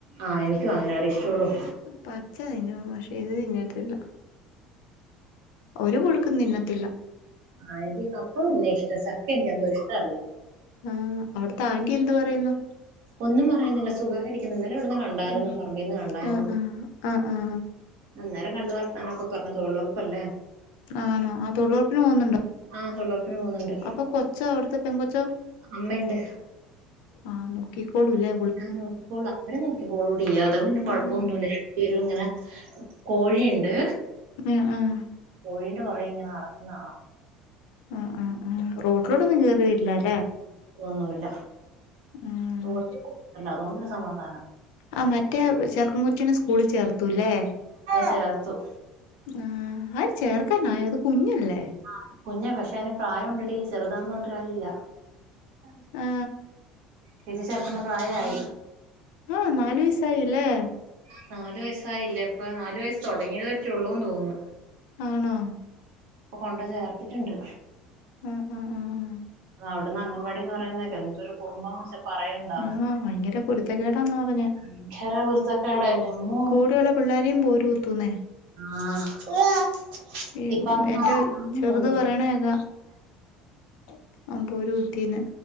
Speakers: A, on the right (about 75°); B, on the left (about 80°).
A: ആഹ് എനിക്കും അങ്ങനാവി ഇഷ്ടള്ളു
B: പച്ച തിന്നും പക്ഷെ ഇത് തിന്നത്തില്ല ഒരു പുഴുക്കും തിന്നത്തില്ല
A: ആ എനിക്ക് കപ്പ ഇന്നെ ഇഷ്ട ചക്ക അന്ത യെന്ത ഇഷ്ട്ടല്ല
B: ആഹ് അവിടത്തെ ആന്റി എന്ത് പറയുന്നു
A: ഒന്നും പറയുന്നില്ല സുഖായി ഇന്നലെ ഇവിടന്ന് കണ്ടായിരുന്നു
B: ഉം,
A: പറമ്പിൽന്ന് കണ്ടായിരുന്നു
B: ആ ആ ആ ആ
A: അന്നേരം കണ്ട വർത്താനൊക്കെ പറഞ്ഞു തൊഴിലുറപ്പല്ലേ
B: ആണോ ആ തൊഴിലുറപ്പിന് പോകുന്നുണ്ടോ
A: ആഹ് തൊഴിലറുപ്പിന് പോകുന്നുണ്ട്
B: അപ്പൊ കൊച്ച അവിടത്തെ പെണ്കൊച്ച
A: അമ്മയുണ്ട്
B: ആഹ് മുക്കിക്കോടുല്ലേ
A: ആഹ് നോക്കികൊള്ളും അവരെ നോക്കിക്കൊളൂ ടി അത് പിന്നെ കൊഴപ്പമൊന്നുമില്ലേ
B: ഉം,
A: ചേരും ഇങ്ങനെ കോഴിയുണ്ട്
B: ആഹ് ആഹ്
A: കോഴിന്റെ പൊറകെ ഇങ്ങനെ നടക്കുന്ന കാണാം
B: ആഹ് ആഹ് ആഹ് റോഡിലോട്ടൊ ന്നും കേറി വരില്ല അല്ലേ
A: ഒന്നുമില്ല
B: ഉം.
A: റോഡിലേക്കൊന്നുമില്ല അതുകൊണ്ടൊരു സമാധാനം
B: ആ മറ്റേ ചെറുക്കൻ കൊച്ചിനെ സ്കൂളിൽ ചേർത്തൂല്ലേ
A: ചേർത്തും
B: ആഹ് അതിന് ചേർക്കാനായോ അത് കുഞ്ഞല്ലേ
A: ആഹ് കുഞ്ഞാ പക്ഷെ അയിന് പ്രായം ഉണ്ടടി ചെറുതാന്ന് പറഞ്ഞിട്ട് കാര്യംഇല്ല എൽ
B: ആ
A: കെ ജി ചേർക്കണ്ട പ്രായമായി
B: മം നാല് വയസ്സായില്ലേ
A: ആഹ് നാല് വയസായില്ലേ അപ്പോ നാല് വയസ്സ് തുടങ്ങിവെച്ചുള്ളൂന്ന് തോന്നുന്നു
B: ആണോ
A: ഇപ്പോ കൊണ്ട്‌ ചേർത്തിട്ടുണ്ട്
B: ആഹ് ആഹ് ആഹ്
A: അവിടന്ന് അംഗൻവാടിന്ന് പറയുന്ന കേക്കാം എന്തൊരു കുറുമ്പ ചെ പറയണ്ടാന്ന്
B: ആ ഭയങ്കര കുരുത്തക്കേടാന്ന് പറഞ്ഞ്.
A: ഭയങ്കര കുരുത്തക്കേടാ എന്റെ അമ്മോ
B: കൂടെയുള്ള പിള്ളേരെയും പോര് കുത്തുന്നേ
A: ആഹ്
B: ഈ
A: ഇപ്പൊ അത്
B: എന്റെ
A: മാത്രമാണെന്ന്
B: ചെറുത്
A: തോന്നുന്നു
B: പറയണ കേക്കാം പോര് കുത്തിന്ന്